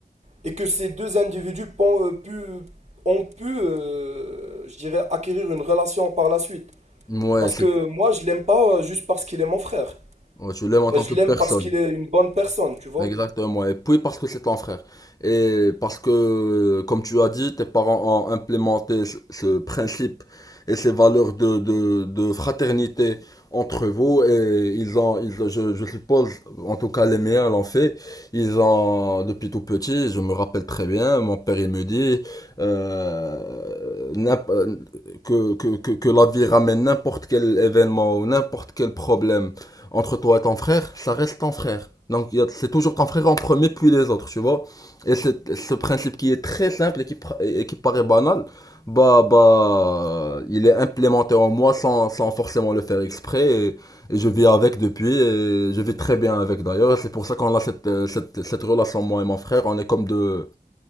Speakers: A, on the right; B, on the left.
A: et que ces deux individus pon- euh, pu- ont pu, euh, je dirais, acquérir une relation par la suite.
B: Ouais,
A: Parce
B: c'est.
A: que moi, je l'aime pas euh, juste parce qu'il est mon frère.
B: ouais, tu l'aimes en
A: Euh,
B: tant
A: Je
B: que personne.
A: l'aime parce qu'il est une bonne personne, tu vois.
B: Exactement, et puis parce que c'est ton frère. Et parce que, comme tu as dit, tes parents ont implémenté ce, ce principe et ces valeurs de, de, de fraternité entre vous, et ils ont, ils, je, je suppose, en tout cas les miens l'ont fait, ils ont, depuis tout petit, je me rappelle très bien, mon père il me dit euh, n'imp- que, que, que, que la vie ramène n'importe quel événement ou n'importe quel problème entre toi et ton frère, ça reste ton frère. Donc c'est toujours ton frère en premier puis les autres, tu vois. Et ce principe qui est très simple et qui, et qui paraît banal, bah bah il est implémenté en moi sans, sans forcément le faire exprès et, et je vis avec depuis et je vis très bien avec d'ailleurs. C'est pour ça qu'on a cette, euh, cette cette relation moi et mon frère, on est comme deux